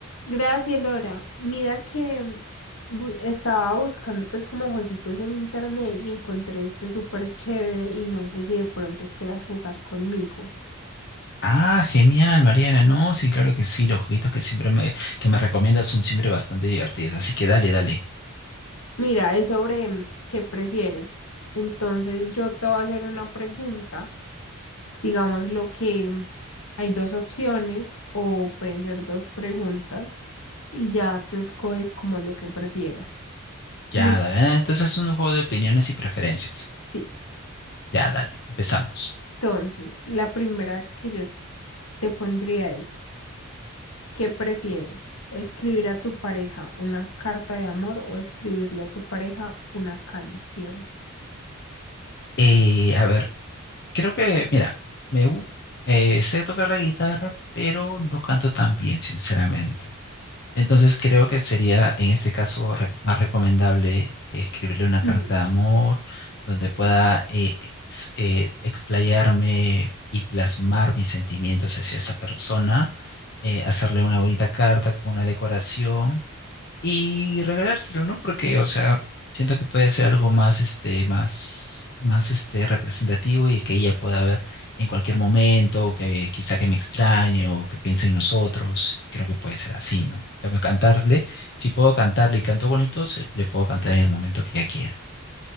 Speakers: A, on the left; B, on the left.
A: Gracias, Lora. Mira que mm, bu- estaba buscando pues como jueguitos en internet y encontré este súper chévere y no sé si de pronto quieras jugar conmigo.
B: Ah, genial, Mariana. No, sí, claro que sí. Los jueguitos que siempre me, que me recomiendas son siempre bastante divertidos. Así que dale, dale.
A: Mira, es sobre mm, qué prefieres. Entonces yo te voy a hacer una pregunta. Digamos lo que mm, hay dos opciones o pueden ser dos preguntas y ya tú escoges como lo que prefieras.
B: Ya,
A: Listo.
B: dale. Ah, Entonces es un juego de opiniones y preferencias.
A: Sí.
B: Ya, dale. Empezamos.
A: Entonces, la primera que yo te pondría es... ¿Qué prefieres? ¿Escribir a tu pareja una carta de amor o escribirle a tu pareja una canción?
B: Eh, a ver, creo que, mira, me gu- eh, sé tocar la guitarra, pero no canto tan bien, sinceramente. Entonces creo que sería en este caso re- más recomendable eh, escribirle una
A: Ujú.
B: carta de amor donde pueda eh, ex- eh, explayarme y plasmar mis sentimientos hacia esa persona, eh, hacerle una bonita carta con una decoración y regalárselo, ¿no? Porque, o sea, siento que puede ser algo más, este, más, más, este, representativo y que ella pueda ver en cualquier momento, que quizá que me extrañe o que piense en nosotros. Creo que puede ser así, ¿no? En cambio, Cantarle, si puedo cantarle y canto bonito, se- le puedo cantar en el momento que ella quiera. <laughs>